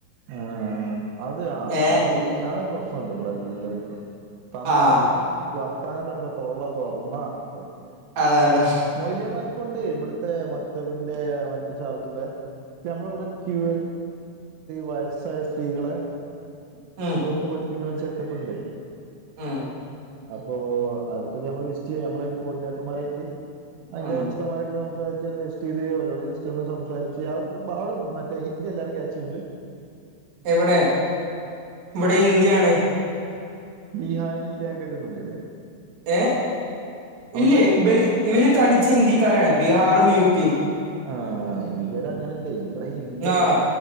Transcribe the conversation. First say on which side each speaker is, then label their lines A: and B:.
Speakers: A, on the right; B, on the right.
A: ആഹാാ അത് ആഹാ
B: ഏഹ്
A: ആ ആഹ ഒരു പ്രശ്നണ്ട് ഇവിടെ എല്ലാടത്തും... തന്താരൊക്കെ
B: ആഹ്
A: വർത്താനം പറയുമ്പോ തൊള്ള തൊറന്നാ പെട്ട്
B: അതെ അതെ
A: മൊലിയമാർക്കുണ്ട് ഇവിടുത്തെ ത്തെ മക്തവിന്റെ മറ്റ ചാർജുള്ളേ നമ്മളിവിടെ ക്യൂ വയസ്സായ സ്ത്രീകളെ
B: മം
A: ഓത്ത് പഠിപ്പിക്കുന്ന ഒരു സെറ്റപ്പ് ഇ ണ്ട്
B: മം
A: അപ്പോ അവർക്കൊക്കെ നമ്മള് വിസ്റ്റ് ചെയ്യാ നമ്മളതിന്റെ കോർഡിനേറ്റർമാരായിട്ട് അതിന്റെ
B: ഉം
A: ഉസ്താൻ മാരൊക്കെ സംസാരി... വിറ്റ് ചെയ്ത ജസ്റ്റ് ഒന്ന് സംസാരിച്ച് അവിടത്തെ അവിടെ മറ്റേ ഹിന്ദി എല്ലാരും ക്യാച്ചു ചെയ്യണ്ട്
B: എവിടെ ഇവിടെ ഹിന്ദി ആണ്
A: ബീഹാരി ലാംഗ്വേജ് ഒന്നും ഇല്ലല്ലേ?
B: ഏഹ
A: അവിടുത്തെ
B: ഇല്ലേ ഇവല് തനിച്ച് ഇന്ത്യക്കാരാണ് ബീഹാറും യുപി യും.
A: ആഹാാ ഇവര് അങ്ങനല്ലേ ഇവിടെ ഹിന്ദിയല്ല
B: ആ